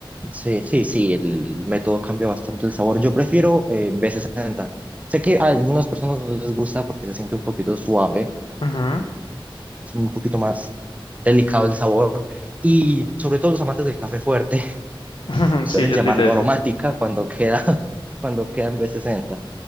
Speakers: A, on the right; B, on the left.
A: Sí, sí, sí, el método cambia bastante el sabor. Yo prefiero eh, B60. Sé que a algunas personas no les gusta porque se siente un poquito suave,
B: Ujú,
A: es un poquito más delicado el sabor. Y sobre todo los amantes del café fuerte <laughs>
B: ujú,
A: suelen
B: Sí, yo
A: llamarlo
B: soy de esos.
A: aromática cuando queda, <laughs> cuando queda en B60.